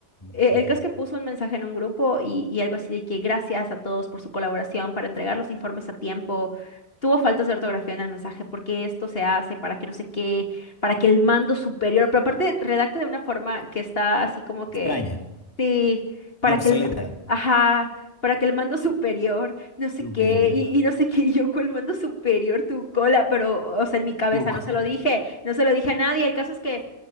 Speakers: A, on the left; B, on the left.
A: eh,
B: sí,
A: El
B: sí.
A: caso es que puso un mensaje en un grupo y, y algo así de que gracias a todos por su colaboración para entregar los informes a tiempo. Tuvo faltas de ortografía en el mensaje, porque esto se hace para que no sé qué, para que el mando superior, pero aparte redacta de una forma que está así como que,
B: Extraña
A: sí, para
B: y obsoleta.
A: que el, ma- ajá, para que el mando superior, no sé
B: Superior.
A: qué, y, y no sé qué, <laughs> y yo con el mando superior, tu cola, pero, o sea, en mi cabeza
B: Tu co- <laughs>
A: no se lo dije, no se lo dije a nadie. El caso es que